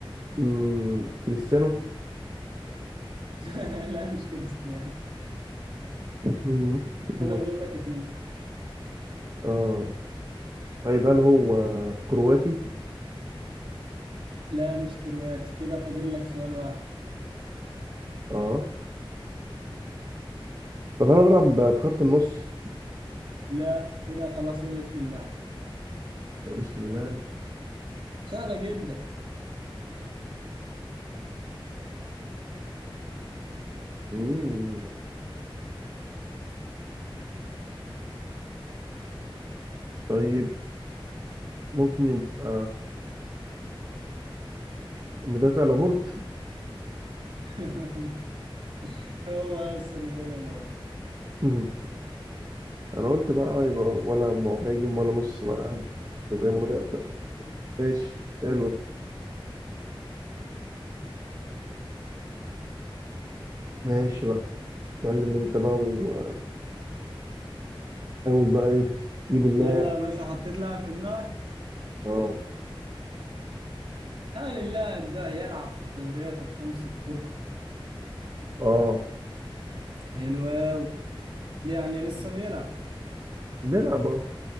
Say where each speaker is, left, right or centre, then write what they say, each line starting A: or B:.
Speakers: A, on the right; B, on the right.
A: مم، كريستيانو
B: <laughs> لا مش كريستيانو
A: مم،
B: كده
A: مم،
B: فاضل لك اتنين
A: اه طيب هل هو كرواتي
B: لا مش كرواتي كده فاضل لك سؤال واحد
A: اه طب هل هو بيلعب في خط النص
B: لا كده خلاص قول اسم اللاعب
A: هو اسم اللاعب
B: سهلة جدا
A: مين طيب ممكن يبقى مدافع لابورت
B: <laughs> هو اصلا المدافع الاول
A: <laughs> انا قلت بقى يبقى ولا مهاجم ولا نص ملعب يبقى مدافع ماشي حلو ده ماشي بقى اتكلم انت بقى وحاول بقى ايه جيب اللاعب
B: يلا يا باشا حطيت لاعب في دماغك
A: اه
B: هل اللاعب ده يلعب في الدوريات الخمس الكبرى
A: اه
B: حلو أوي. يعني لسه بيلعب
A: بيلعب اه